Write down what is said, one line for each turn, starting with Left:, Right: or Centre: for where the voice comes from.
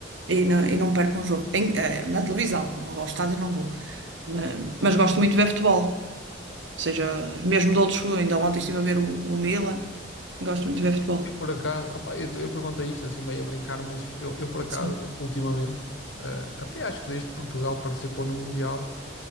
Right: e não, e não perco um jogo. Em- eh, na televisão, ao estádio não vou. Eh, Mas gosto muito de ver futebol. Ou seja, mesmo de outros, ainda ontem estive a ver o, o Milan. Gosto muito de ver futebol.
Left: Eu por acaso, opá, eu, eu perguntei isto assim meio a brincar, mas eu, eu por acaso,
Right: Sim,
Left: ultimamente, eh, até acho que desde que Portugal participou no Mundial,